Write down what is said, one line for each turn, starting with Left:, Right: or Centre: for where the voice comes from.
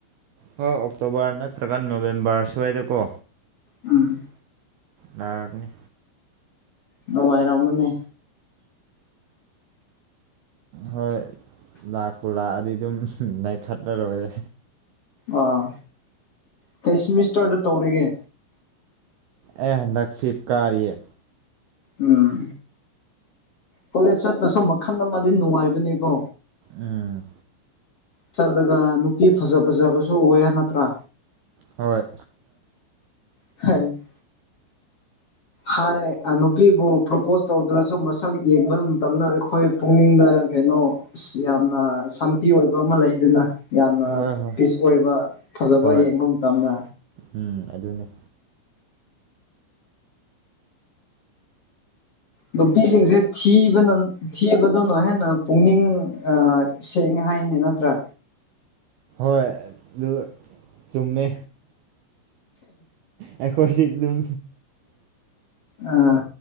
Right: ꯍꯣꯏ ꯑꯣꯛꯇꯣꯕꯔ ꯅꯠꯇ꯭ꯔꯒ ꯅꯣꯕꯦꯝꯕꯔ ꯁ꯭ꯋꯥꯏꯗꯀꯣ
Left: ꯎꯝ
Right: ꯂꯒꯅꯤ
Left: ꯅꯨꯡꯉꯥꯏꯔꯝꯃꯅꯤ
Right: ꯍꯣꯏ ꯂꯥꯛꯄꯨ ꯂꯥꯛꯑꯗꯤ ꯑꯗꯨꯝ ꯅꯩꯈꯠꯂꯔꯣꯏꯂꯦ
Left: ꯑꯥ ꯀꯩ ꯁꯤꯃꯤꯁꯇꯔꯗ ꯇꯧꯔꯤꯒꯦ
Right: ꯑꯩ ꯍꯟꯗꯛ ꯐꯤꯞ ꯀꯥꯔꯤꯌꯦ
Left: ꯎꯝ ꯀꯣꯂꯦꯖ ꯆꯠꯄꯁꯨ ꯃꯈꯜ ꯑꯃꯗꯤ ꯅꯨꯡꯉꯥꯏꯕꯅꯤꯀꯣ
Right: ꯎꯝ
Left: ꯆꯠꯂꯒ ꯅꯨꯄꯤ ꯐꯖ ꯐꯖꯕꯁꯨ ꯑꯨꯌꯦ ꯅꯠꯇ꯭ꯔꯥ
Right: ꯍꯣꯏ
Left: <unintelligible> ꯍꯥꯏ ꯅꯨꯄꯤꯕꯨ ꯄ꯭ꯔꯣꯄꯣꯁ ꯇꯧꯗ꯭ꯔꯁꯨ ꯃꯁꯛ ꯌꯦꯡꯕ ꯃꯇꯝꯗ ꯑꯩꯈꯣꯏ ꯄꯨꯛꯅꯤꯡꯗ ꯀꯩꯅꯣ ꯑꯁ ꯌꯥꯝꯅ ꯁꯥꯟꯇꯤ ꯑꯣꯏꯕ ꯑꯃ ꯂꯩ ꯗꯨꯅ ꯌꯥꯝꯅ
Right: ꯍꯣꯏ ꯍꯣꯏ
Left: ꯄꯤꯁ ꯑꯣꯏꯕ ꯐꯖꯕ
Right: ꯍꯣꯏ
Left: ꯌꯦꯡꯕ ꯃꯇꯝꯗ
Right: ꯎꯝ ꯑꯗꯨꯅꯤ
Left: ꯅꯨꯄꯤꯁꯤꯡꯁꯦ ꯊꯤꯕꯅ ꯊꯤꯕꯗꯨꯅ ꯍꯦꯟꯅ ꯄꯨꯛꯅꯤꯡ ꯁꯦꯡꯉꯦ ꯍꯥꯏꯅꯤ ꯅꯠꯇ꯭ꯔꯥ
Right: ꯍꯣꯏ ꯑꯗꯨ ꯆꯨꯝꯃꯦ ꯑꯩꯈꯣꯏꯁꯨ ꯑꯗꯨꯝ
Left: ꯑꯥ